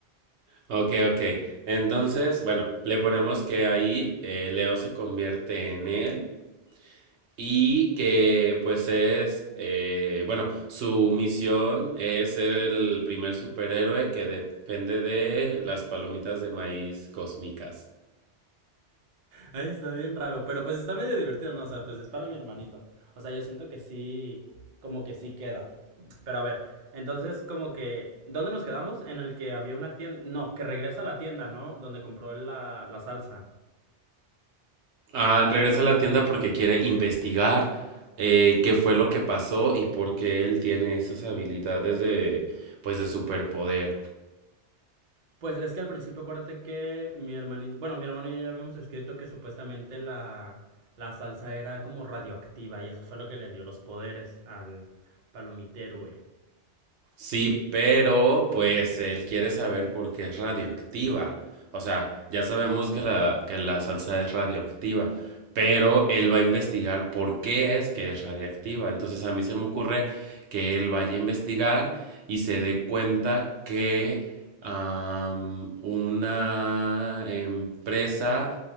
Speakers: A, on the right; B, on the right.
A: Ok, ok. Entonces, bueno, le ponemos que ahí eh, Leo se convierte en él y que pues es, eh, bueno, su misión es ser el primer superhéroe que depende de las palomitas de maíz cósmicas.
B: Ay, está bien raro, pero pues está medio divertido, ¿no? O sea, pues es para mi hermanito. O sea, yo siento que sí, como que sí queda. Pero a ver, entonces como que, ¿dónde nos quedamos? En el que había una tienda, no, que regresa a la tienda, ¿no? Donde compró la, la salsa.
A: Ah, regresa a la tienda porque quiere investigar eh, qué fue lo que pasó y por qué él tiene esas habilidades de, pues, de superpoder.
B: Pues es que al principio acuérdate que mi hermanito, bueno, mi hermano y yo ya habíamos escrito que supuestamente la, la salsa era como radioactiva y eso fue lo que le dio los poderes al palomitero, güey.
A: Sí, pero pues él quiere saber por qué es radioactiva. O sea, ya sabemos que la, que la salsa es radioactiva, pero él va a investigar por qué es que es radioactiva. Entonces a mí se me ocurre que él vaya a investigar y se dé cuenta que am, una empresa